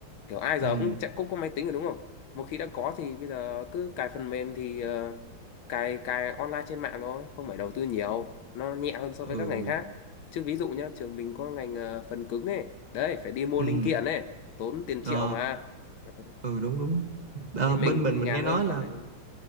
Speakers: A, on the left (about 80°); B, on the right (about 25°).
A: kiểu ai giờ
B: ừ
A: cũng chạy- cũng có máy tính rồi đúng không một khi đã có thì bây giờ cứ cài phần mềm thì ờ, cài cài online trên mạng thôi không phải đầu tư nhiều nó nhẹ hơn so
B: ừ
A: với các ngành khác chứ ví dụ nhá trường mình có ngành ờ, phần cứng ấy đấy phải đi mua
B: Ừ,
A: linh kiện ấy tốn tiền triệu
B: ờ,
A: mà Ừ.
B: ừ đúng đúng. Ờ,
A: nên
B: bên
A: mình
B: mình mình
A: nhàn
B: nghe nói
A: hơn
B: là
A: khoản ấy.